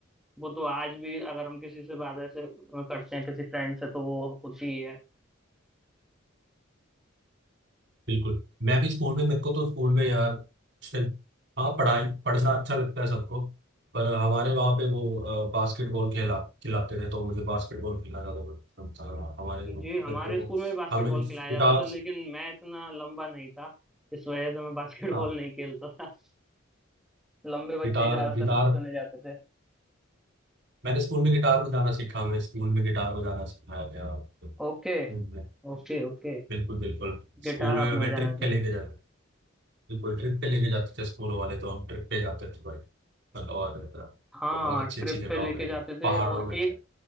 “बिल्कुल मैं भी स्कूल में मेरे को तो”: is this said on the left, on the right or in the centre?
Right